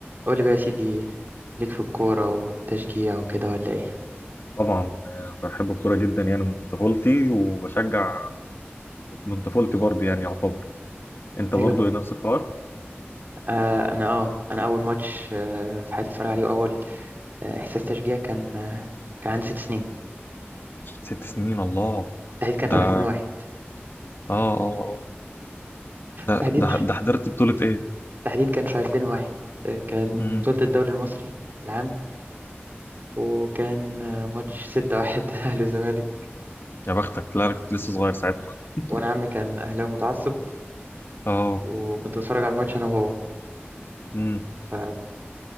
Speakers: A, on the right; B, on the left.
A: قول لي بقى يا سيدي ليك في الكورة وتشجيع وكده ولا ايه
B: طبعا آه، بحب الكورة جدا يعني من طفولتي وبشجع من طفولتي برضه يعني يعتبر انت
A: ايوه
B: برضه نفس الحوار
A: آه انا اه انا اول ماتش آه في حياتي اتفرج عليه واول آه احساس تشجيع كان آه كان عندي ست سنين
B: ست سنين الله
A: تحديد كان
B: ده
A: في 2001
B: اه اه اه ده
A: تحديد
B: ده ده حضرت بطولة ايه؟
A: تحديد كان في 2001 آه كان
B: امم
A: بطولة الدوري المصري العام وكان آه ماتش 6-1 <laughs> اهلي وزمالك
B: يا بختك لا انا كنت لسه صغير ساعتها <laughs>
A: وانا عمي كان اهلاوي متعصب
B: اه
A: وكنت بتفرج على الماتش انا وهو
B: امم
A: ف...